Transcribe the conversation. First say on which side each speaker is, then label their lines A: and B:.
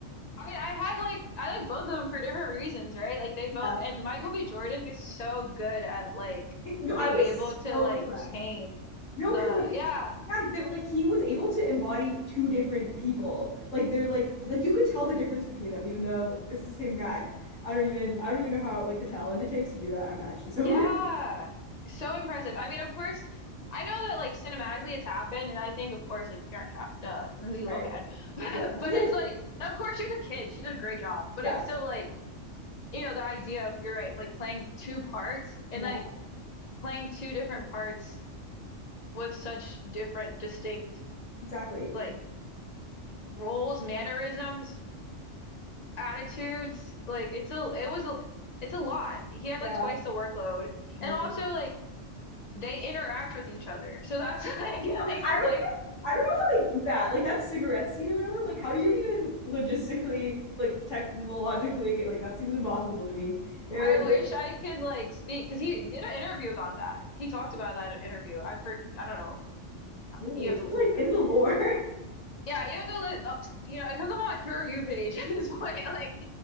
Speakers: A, on the left (about 50°); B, on the left (about 80°).
A: I mean, I have like I like both of them for different reasons, right? Like they both
B: Yeah.
A: and Michael B. Jordan is so good at like
B: It- no,
A: being
B: I was
A: able to
B: so
A: like
B: impressed.
A: change
B: No,
A: the
B: because like
A: yeah,
B: Yeah, they were like he was able to embody two different people. Like they're like like you could tell the difference between them, even though it's the same guy. I don't even I don't even know how like the talent it takes to do that. I'm actually so
A: yeah.
B: <laughs> impressed.
A: So impressive. I mean, of course, I know that like cinematically it's happened, and I think of course like Parent Trap, duh, Lindsay Lohan.
B: Right.
A: <laughs> But
B: Yeah. <laughs>
A: but it's like of course she's a kid, she did a great job, but
B: Yes.
A: it was still like, you know, the idea of you're right, like playing two parts and
B: Yeah.
A: like playing two different parts with such different distinct
B: Exactly.
A: like roles, mannerisms, attitudes. Like it's a it was a it's a lot. He had
B: Yeah.
A: like twice the workload.
B: No
A: And also
B: freaking.
A: like they interact with each other. So that's <laughs> like I
B: No,
A: thing
B: I
A: that's
B: don't
A: like
B: I don't know how they do that. Like that cigarette scene or whatever. Like how do you even logistically like technologically like that seems impossible to me. They're,
A: I
B: they're
A: wish I could like speak because he did an interview about that. He talked about that in an interview. I for I don't know.
B: ooh,
A: You have to listen
B: you're like
A: to him
B: in the
A: say
B: lore
A: it. Yeah, you have to li oh, you know, it comes up on my For You page <laughs> at this point. Like, <laughs>